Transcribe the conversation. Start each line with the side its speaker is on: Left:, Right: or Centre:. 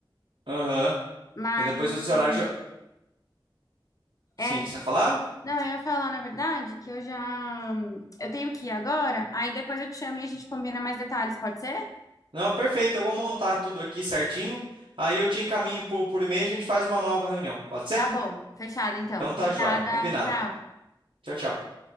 Right: Aham.
Left: Mas
Right: E depois os horários já. Sim,
Left: é,
Right: que você ia falar?
Left: não, eu ia falar na verdade que eu já eu tenho que ir agora, aí depois eu te chamo e a gente combina mais detalhes, pode ser?
Right: Não, perfeito. Eu vou montar tudo aqui certinho. Aí eu te encaminho por, por e-mail e a gente faz uma nova reunião. Pode ser?
Left: Tá bom, fechado então.
Right: Então
Left: Obrigada,
Right: tá joia. Combinado.
Left: tchau.
Right: Tchau, tchau.